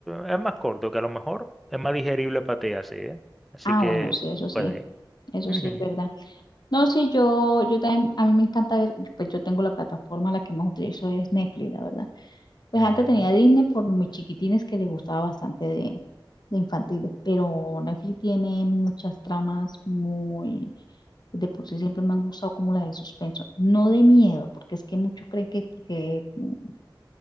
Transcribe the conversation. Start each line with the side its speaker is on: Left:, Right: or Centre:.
Centre: es más corto, que a lo mejor es más digerible para ti así, ¿eh? Así
Left: Ah,
Centre: que
Left: bueno, sí, eso sí.
Centre: puede.
Left: Eso
Centre: Ujú,
Left: sí es verdad. No, sí, yo, yo también, a mí me encanta ver, pues yo tengo la plataforma, la que más utilizo es Netflix, la verdad. Pues
Centre: ujú.
Left: antes tenía Disney por mis chiquitines que les gustaba bastante de, de infantiles, pero Netflix tiene muchas tramas muy, de por sí siempre me han gustado como las de suspenso, no de miedo, porque es que muchos creen que, porque, mm, o